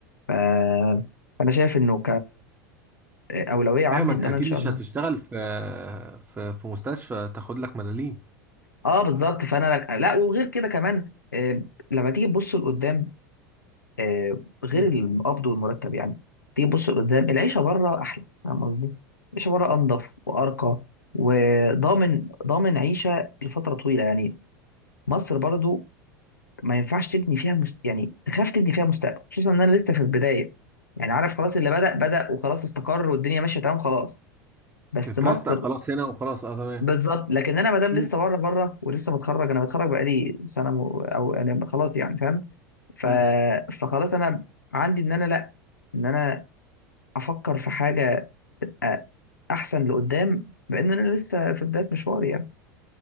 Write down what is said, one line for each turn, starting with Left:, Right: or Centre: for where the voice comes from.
Left: ف... فانا شايف انه كاولويه عندي
Right: ايوه ما انت
Left: ان انا
Right: اكيد
Left: ان شاء
Right: مش
Left: الله
Right: هتشتغل في في في مستشفى تاخد لك ملاليم
Left: اه بالظبط فانا لا وغير كده كمان آه، لما تيجي تبص لقدام آه، غير
Right: مم.
Left: القبض والمرتب يعني تيجي تبص لقدام العيشه بره احلى فاهم قصدي؟ العيشه بره انضف وارقى وضامن ضامن عيشه لفتره طويله يعني مصر برضو ما ينفعش تبني فيها مست... يعني تخاف تبني فيها مستقبل خصوصا ان انا لسه في البدايه يعني عارف خلاص اللي بدأ بدأ وخلاص استقر والدنيا ماشيه تمام خلاص بس
Right: اترستق
Left: مصر
Right: خلاص هنا وخلاص اه تمام
Left: بالظبط لكن انا ما دام
Right: مم.
Left: لسه بره بره ولسه متخرج انا متخرج بقالي سنه و... او انا خلاص يعني فاهم ف...
Right: مم.
Left: فخلاص انا عندي ان انا لا ان انا افكر في حاجه أ- احسن لقدام بان انا لسه في بدايه مشواري يعني